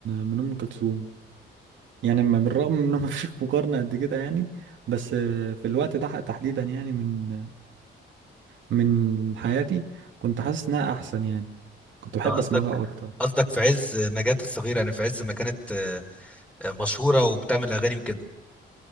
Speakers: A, on the right; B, in the centre.
A: من ام كلثوم يعني ما- بالرغم من انه <laughs> ما فيش مقارنه قد كده يعني بس آه، في الوقت ده تحديدا يعني من من حياتي كنت حاسس انها احسن يعني كنت بحب
B: أنت قصدك
A: اسمع لها اكتر
B: قصدك في عز نجاة الصغيره يعني في عز ما كانت آه، آه، مشهوره وبتعمل اغاني وكده